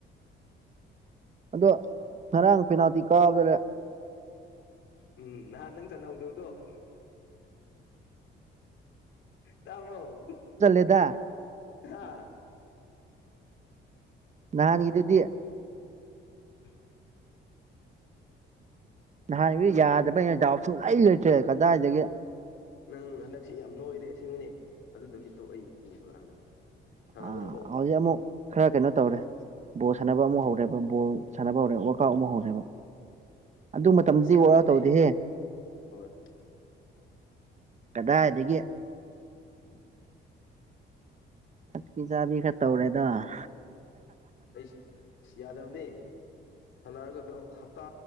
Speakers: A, on the right (about 35°); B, on the left (about 75°).
A: ꯑꯗꯣ ꯉꯔꯥꯡ ꯄꯦꯅꯥꯜꯇꯤ ꯀꯥꯕꯗ ꯂꯩꯦ
B: ꯎꯝ ꯅꯍꯥꯟ ꯅꯪ ꯆꯅꯍꯧꯗꯕꯗꯣ ꯇꯥꯕ꯭ꯔꯣ
A: ꯆꯜꯂꯦꯗ
B: ꯍꯥ
A: ꯅꯍꯥꯟꯒꯤꯗꯨꯗꯤ
B: ꯎꯝ
A: ꯅꯍꯥꯟ ꯒꯤꯗꯨꯗꯤ ꯌꯥꯗꯕ꯭ꯔꯩꯅ ꯗꯥꯎꯁꯨꯡꯂꯩ ꯂꯩꯇ꯭ꯔꯦ ꯀꯗꯥꯏꯗꯒꯤ
B: ꯅꯪ ꯍꯟꯗꯛꯁꯤ ꯌꯥꯝ ꯅꯣꯏꯔꯦ ꯑꯁꯦꯡꯕꯅꯦ ꯑꯗꯨꯗ ꯃꯤꯠꯇꯣ ꯑꯩ ꯎꯕ ꯀꯥꯟꯗ ꯁꯥꯟꯅꯗ꯭ꯔꯕꯣ
A: ꯑꯥ ꯍꯧꯖꯤꯛ ꯑꯃꯨꯛ ꯈꯔ ꯀꯩꯅꯣ ꯇꯧꯔꯦ ꯕꯣꯜ ꯁꯥꯟꯅꯕ ꯑꯃ
B: ꯋꯥꯛꯀꯤꯡ
A: ꯍꯧꯔꯦꯕ ꯕꯣꯜ ꯁꯥꯟꯅꯕ ꯍꯧꯔꯦ ꯋꯥꯛꯑꯥꯎꯠ
B: ꯎꯝ
A: ꯑꯃꯨꯛ ꯍꯧꯔꯦꯕ ꯑꯗꯨ
B: ꯑꯣ
A: ꯃꯇꯝꯗꯤ
B: ꯑꯁ ꯌꯥꯗꯕꯅꯦ
A: ꯋꯥꯔ ꯇꯧꯗꯦꯍꯦ
B: ꯍꯣꯏ
A: ꯀꯗꯥꯏꯗꯒꯤ
B: <inaudible>
A: ꯊꯛꯄꯤ ꯆꯥꯕꯤ ꯈꯔ ꯇꯧꯔꯦꯗ <inaudible>
B: ꯑꯩꯁꯦ ꯑꯁ ꯌꯥꯗꯕꯅꯦ
A: <inaudible>
B: ꯁꯥꯟꯅꯔꯒ ꯈꯔ ꯍꯞꯇꯥ